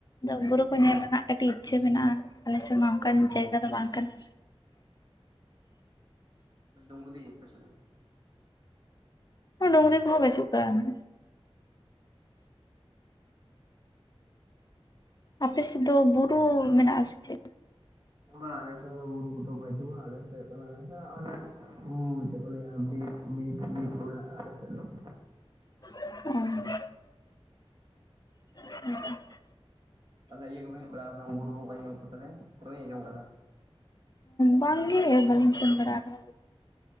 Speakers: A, on the left; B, on the right.
A: ᱟᱫᱚ ᱵᱩᱨᱩ ᱠᱚ ᱧᱮᱞ ᱨᱮᱱᱟᱜ ᱠᱟᱹᱴᱤᱡ ᱤᱪᱪᱷᱟᱹ ᱢᱮᱱᱟᱜᱼᱟ ᱟᱞᱮᱥᱮᱜ ᱢᱟ ᱚᱱᱠᱟᱱ ᱡᱟᱭᱜᱟ ᱫᱚ ᱵᱟᱝ ᱠᱟᱱᱟ ᱾
B: ᱰᱩᱝᱨᱤ ᱟᱯᱮ ᱥᱮᱫ ᱫᱚ?
A: ᱰᱩᱝᱨᱤ ᱠᱚᱦᱚᱸ ᱵᱟᱹᱪᱩᱜ ᱠᱟᱜᱼᱟ ᱾ ᱟᱯᱮ ᱥᱮᱫ ᱫᱚ ᱵᱩᱨᱩ ᱢᱮᱱᱟᱜᱼᱟ ᱥᱮ ᱪᱮᱫ?
B: ᱵᱟ ᱟᱞᱮ ᱥᱮᱜ ᱫᱚ ᱵᱩᱨᱩ ᱠᱚᱫᱚ ᱵᱟᱹᱪᱩᱜᱼᱟ ᱟᱞᱮ ᱥᱮᱜ ᱠᱟᱱᱟ ᱟᱞᱮ ᱥᱮ ᱚᱱᱮ ᱦᱩᱸ ᱪᱮᱜ ᱠᱚ ᱞᱮᱭᱟ ᱵᱤ-ᱵᱤᱨ ᱠᱚ ᱢᱮᱱᱟᱜᱼᱟ ᱟᱞᱮ ᱥᱮᱫ ᱫᱚ ᱾
A: ᱚᱸ, <inaudible> ᱟᱪᱪᱷᱟ ᱟᱪᱪᱷᱟ ᱾
B: ᱛᱟᱦᱞᱮ ᱤᱭᱟᱹ ᱠᱚᱵᱮᱱ ᱦᱮᱡ ᱵᱟᱲᱟᱣ ᱠᱟᱱᱟ ᱵᱩᱨᱩ ᱵᱚᱸᱜᱟ ᱧᱮᱞ ᱠᱚ ᱛᱟᱞᱮ ᱵᱟᱹᱵᱤᱱ ᱟᱸᱡᱚᱢ ᱠᱟᱫᱟ?
A: ᱵᱟᱝ ᱜᱮ ᱵᱟᱹᱞᱤᱧ ᱥᱮᱱ ᱵᱟᱲᱟ ᱠᱟᱱᱟ ᱾